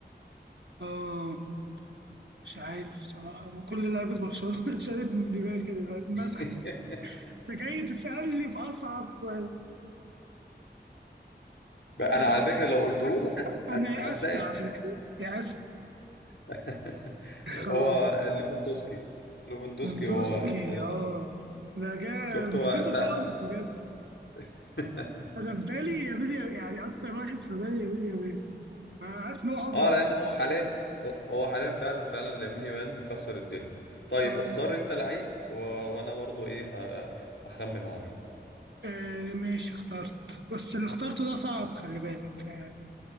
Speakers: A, on the right (about 75°); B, on the left (about 85°).
A: اه مش عارف بصراحة أنا كل لعيبة برشلونة <laughs> اتشالت من دماغي دلوقتي مثلا
B: <laughs>
A: أنت جاي تسألني في أصعب سؤال
B: بقى
A: أنا
B: انا على
A: خلاص
B: فكرة لو قلته لك هت...
A: أنا
B: هت...
A: يأست
B: هتلاقي
A: على فكرة يأست
B: <laughs>
A: <laughs>
B: هو
A: خلاص
B: ليفاندوسكي ليفاندوسكي
A: مندوسكي
B: هو آه،
A: اه ده جا
B: شفت
A: نسيته
B: هو سأل
A: خالص بجد
B: <laughs>
A: انا في بالي يا بيلي يعني اكتر واحد في بالي يا بيلي يا بيلي انا عارف ان هو اصغر
B: اه لان هو حاليا هو حاليا فعلا فعلا لامين يامال مكسر الدنيا طيب
A: اه
B: اختار انت لعيب و... وانا برضو ايه ه... هخمن هو مين
A: آه، ماشي اخترت بس اللي اخترته ده صعب خلي بالك فيعني